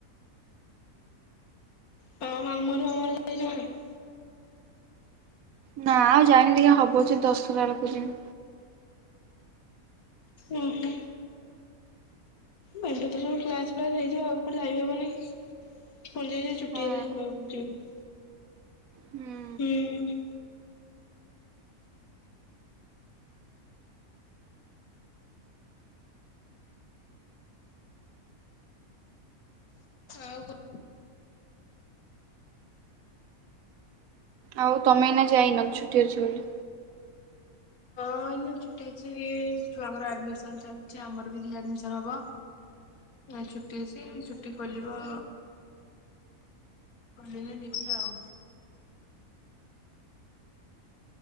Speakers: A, on the left; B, on the right.
A: ତ ମାମୁଁ ହର ଫାମୁ ହର ଯାଇ ନାହ।
B: ନା ଆଉ ଯାଇନି ଦେଖିବା ହବ ଯଦି ଦଶ ହରା ବେଳକୁ ଯିବି।
A: ଓ ହୋ। ମେ କତୁରୁ ସବୁ କ୍ଲାସ ଫ୍ଲାସ ହେଇଯିବ ଆଉ କୁଆଡେ ଯାଇ ହବନେହି। ପୁଣି ଯାଇ ସେଇ ଛୁଟିହେଲେ
B: ହଁ
A: ଯାଇ ଗାଁକୁ ଯିବୁ।
B: ହୁଁ
A: ହୁଁ। ଆଉ କଣ?
B: ଆଉ ତମେ ଏଇନା ଯାଇନ ଛୁଟି ଅଛି ବୋଲି।
A: ହଁ ଏଇନା ଛୁଟି ଅଛି ଛୁଆଙ୍କର ଆଡମିସନ ଚାଲିଛି ଆମର ବି ରି ଆଡମିସନ ହବ। ଆ ଛୁଟି ଅଛି ଛୁଟି ଖୋଲିବ ଖୋଲିଲେ ଯିବି ଆଉ।